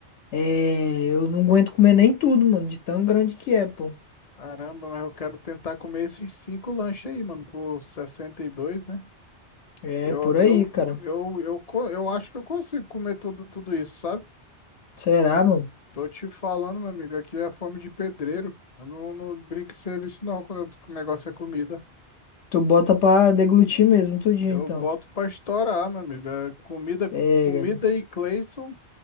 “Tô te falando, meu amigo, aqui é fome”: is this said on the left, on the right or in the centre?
Left